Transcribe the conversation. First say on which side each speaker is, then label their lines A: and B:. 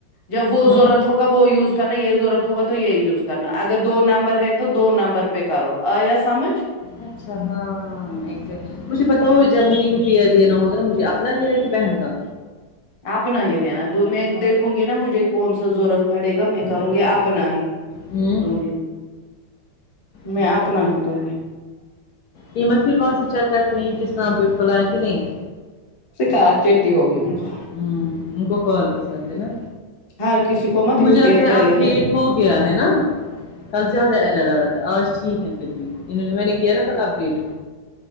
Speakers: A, on the left (about 30°); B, on the left (about 70°).
A: جب وہ
B: ہاں
A: ضرورت ہو تب وہ یوز کرنا یہ ضرورت ہوگا تو یہ یوز کرنا اگر دو نمبر ہے تو دو نمبر پے کرو آیا سمجھ
B: اچھا ہاں ہاں یکزٹ مجھے پتا ہو جب مجھے یو پی آئی دینا ہوگا نا مجھے اپنا دینا ہے کہ بہن کا
A: اپنا ہی دینا میں دیکھوں گی نا مجھے کون سا ضرورت پڑے گا میں کروں گی اپنا ہی
B: ہوں
A: دوں گی میں
B: ٹھیک
A: اپنا
B: ٹھیک
A: ہی دوں گی
B: یہ مت پھر وہاں سے چیک کرتے ہیں کہ کس نام پہ کھلائیں کہ نہیں
A: سکا کیٹی ہوگی ان کو
B: ہوں ان کو کال کے ساتھ ہے نا
A: ہر کسی کو مت یو
B: مجھے لگتا
A: پی آئی
B: ہے
A: چلے
B: اب ٹھیک
A: گا
B: ہو گیا ہے نا کل زیادہ ایرر آ رہا تھا آج ٹھیک ہے پھر بھی انہوں نے میں نے کیا نا کل اب ڈیٹ